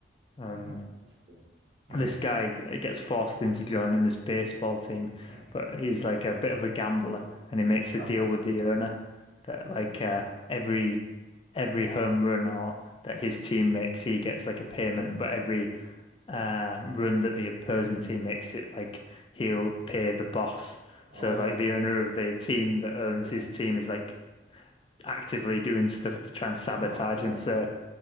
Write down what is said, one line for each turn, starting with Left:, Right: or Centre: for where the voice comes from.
Left: and
Right: Oh, that's cool. Mm,
Left: this guy gets forced into joining this baseball team,
Right: mm.
Left: but he's like a bit of a gambler, and he makes a
Right: Oh,
Left: deal
Right: okay.
Left: with the owner that
Right: Uh,
Left: like uh, every every home run or that his team makes, he gets like a payment, but every uh, run that the opposing
Right: mm.
Left: team makes, it like he'll pay the boss.
Right: Oh,
Left: So like the
Right: no
Left: owner
Right: way.
Left: of the team that owns
Right: Yeah.
Left: his team is like actively doing stuff to try and sabotage
Right: You know, I'm gonna,
Left: him. So